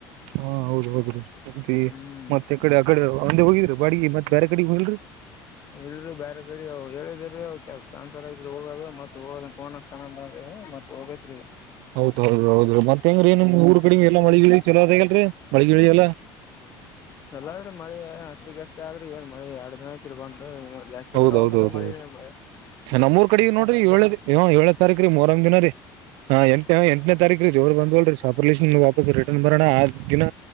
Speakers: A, on the right; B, on the left.
A: ಹಾ ಹೌದ ಹೌದ್ರಿ ಸಂತಿ
B: ಹ್ಮ್
A: ಮತ್ತ ಎಕಡಿ ಅಕಡಿ ಒಂದೆ ಹೋಗಿದ್ರಿ ಬಾಡ್ಗಿ ಮತ್ತ ಬ್ಯಾರೆ ಕಡಿಗ ಹೋಗಿಲ್ರಿ.
B: ಇಲ್ರೀ ಬ್ಯಾರೆ ಕಡಿ ಅವು ಹೇಳಿದುರಿ ಅವ ಕ್ಯಾನ್ಸಲ್ ಐತ್ರಿ ಹೋಗೋದ ಮತ್ತ ಹೋಗದಫೋನ್ ಹಚ್ ತನ ಅಂದನ್ರಿ ಮತ್ ಹೋಬೆಕ್ರಿ.
A: ಹೌದೌದೌದ ಹೌದ್ರಿ ಮತ್ತ ಹೆಂಗ್ರೀ ನಿಮ್ ಊರ್ ಕಡಿಗ ಎಲ್ಲ ಮಳಿಗಿಳಿ ಚಲೋದ ಇಲ್ರಿ ಮಳಿಗಿಳಿ ಎಲ್ಲ.
B: ಚಲೋ ಅದ್ರಿ ಮಳಿ ಅಷ್ಟಗಷ್ಟೇ ಆದ್ರಿ ಏನ್ ಮಳೆ ಎರಡ ದಿನ ಆಯತ್ರಿ ಬಂದು ಜಾಸ್ತಿ <unintelligible> ಚ್ಚಿ
A: ಹೌದೌದೌದೌದು
B: ಬರವಲದ್ರಿ ಮಳಿ <unintelligible> ಮೆ
A: ನಮ್ಮೂರ್ ಕಡಿಗ ನೋಡ್ರಿ ಏಳೆ ಏಳನೆ ತಾರೀಕರಿ ಮೂರಂ ದಿನ ರೀ. ಹಾ ಎಂಟ ಎಂಟನೆ ತಾರೀಕರಿ ಜೋರ್ ಬಂದುವಲ್ರಿ. ಪಾಪುಲೇಶನ ವಾಪಸ್ ರಿಟರ್ನ್ ಬರಣ ಆ ದಿನ